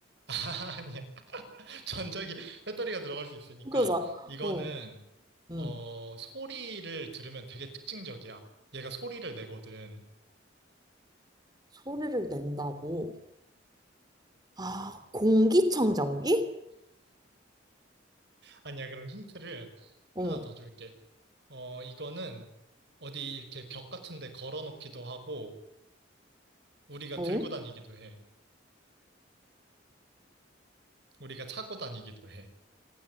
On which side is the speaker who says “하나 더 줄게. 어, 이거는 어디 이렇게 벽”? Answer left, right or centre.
Right